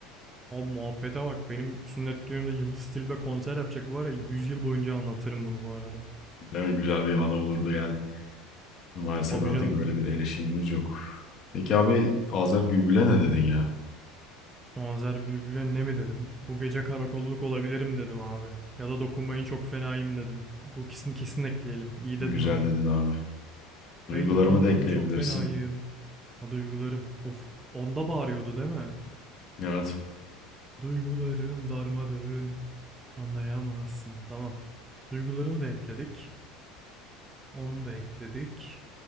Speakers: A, on the right; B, on the left.
A: Abi muhabbete bak benim sünnet düğünümde Yıldız Tilbe konser yapacak var ya 100 yıl boyunca anlatırım bunu bu arada.
B: Değil mi? Güzel bir ana olurdu yani. Maalesef
A: Abi
B: artık
A: canım.
B: öyle bir eleşimimiz yok. Peki abi Azer Bülbül'e ne dedin ya?
A: Azer Bülbül'e ne mi dedim? Bu gece karakolluk olabilirim dedim abi. Ya da dokunmayın çok fenayım dedim. Bu ikisini kesin ekleyelim. İyi
B: Güzel
A: dedin onu.
B: dedin abi. Duygularımı
A: Hey dokunmayın
B: da ekleyebilirsin.
A: çok fenayım. Ha duygularım. Of, onda bağırıyordu değil mi?
B: Evet.
A: Duygularım darmadağın. Anlayamazsın. Tamam. Duygularımı da ekledik. Onu da ekledik.